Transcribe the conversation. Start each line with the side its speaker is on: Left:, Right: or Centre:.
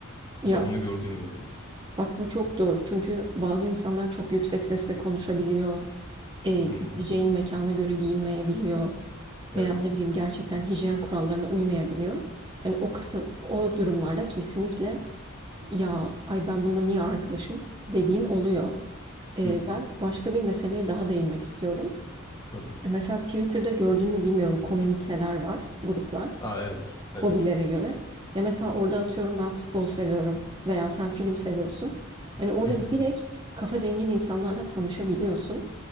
Right: Ya
Left: Mesela onu gördüğüm vakit.
Right: bak bu çok doğru. Çünkü bazı insanlar çok yüksek sesle konuşabiliyor. E,
Left: Hı hı.
Right: gideceğin mekana göre giyinmeyebiliyor.
Left: Evet.
Right: veya ne bileyim gerçekten hijyen kurallarına uymayabiliyor. Hani o kısım, o durumlarda kesinlikle ya ay ben bununla niye arkadaşım dediğin oluyor. Ee,
Left: Hı hı.
Right: ben başka bir meseleye daha değinmek istiyorum.
Left: Tabii.
Right: Mesela Twitter'da gördün mü bilmiyorum komüniteler var, gruplar
Left: Aa evet. Evet.
Right: hobilere göre. Ya mesela orada atıyorum ben futbol seviyorum veya sen film seviyorsun. Hani orada
Left: Hı hı.
Right: direkt kafa dengin insanlarla tanışabiliyorsun.